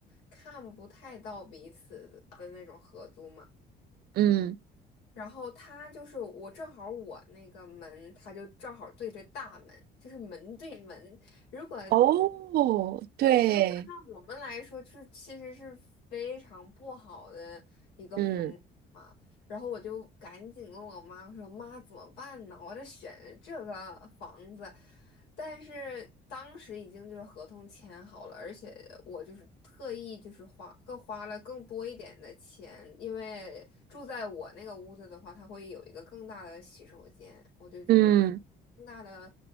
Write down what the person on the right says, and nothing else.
嗯，
哦，对，
嗯
嗯